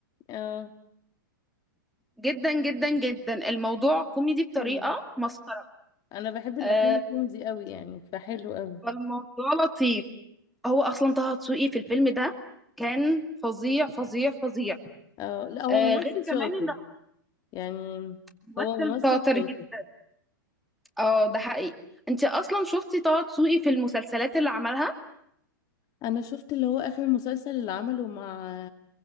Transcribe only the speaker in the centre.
جدا جدا جدا الموضوع كوميدي بطريقة
مسخرة
آه،
فالموضوع لطيف هو اصلا طه دسوقي في الفيلم ده كان فظيع فظيع فظيع
آه،
غير كمان
انه
ممثل
شاطر
جدا اه ده حقيقي انت اصلا شفتي طه دسوقي في المسلسلات اللي عملها